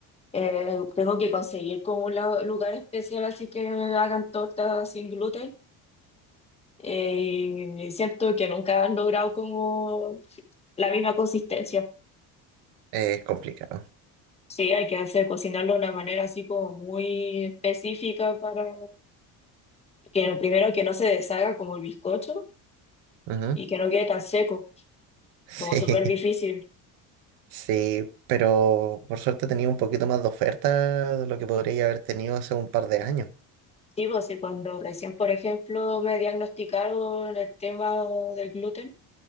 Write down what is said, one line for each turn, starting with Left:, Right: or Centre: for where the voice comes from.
Left: eh, tengo que conseguir como un la- lugar especial así que hagan tortas sin gluten. Eh, siento que nunca han logrado como la misma consistencia.
Right: es complicado.
Left: Sí, hay que hacer cocinarlo de una manera así como muy específica para que lo primero que no se deshaga como el bizcocho
Right: Ujú.
Left: y que no quede tan seco,
Right: Sí,
Left: como súper
Right: <laughs>
Left: difícil.
Right: sí, pero por suerte tenía un poquito más de oferta de lo que podría haber tenido hace un par de años.
Left: Sí, pues sí, cuando recién, por ejemplo, me diagnosticaron el tema del gluten,